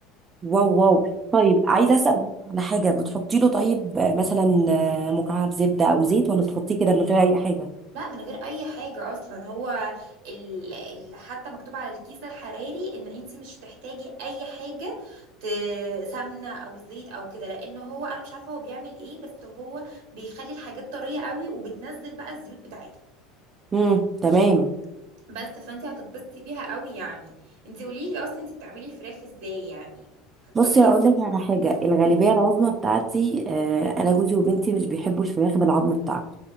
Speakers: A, on the right (about 30°); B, on the right (about 75°).
A: واو واو طيب
B: اه
A: عايزه اسال على حاجه بتحطي له طيب آه، مثلا آه، مكعب زبده او زيت ولا بتحطيه كده من غير اي حاجه
B: لا من غير اي حاجة اصلا هو ال... ال... حتى مكتوب على الكيس الحراري ان انت مش هتحتاجي اي حاجة ت... سمنة او زيت او كده لان هو انا مش عارفة هو بيعمل ايه بس هو بيخلي الحاجات طرية قوي وبتنزل بقى الزيوت بتاعتها
A: امم تمام
B: بس فانت هتتبسطي بيها قوي يعني انت قولي لي اصلا انت بتعملي الفراخ ازاي يعني في الطبيعي
A: بصي هقول لك على حاجه الغالبيه العظمى بتاعتي آه، انا جوزي وبنتي مش بيحبوا الفراخ بالعظم بتاعها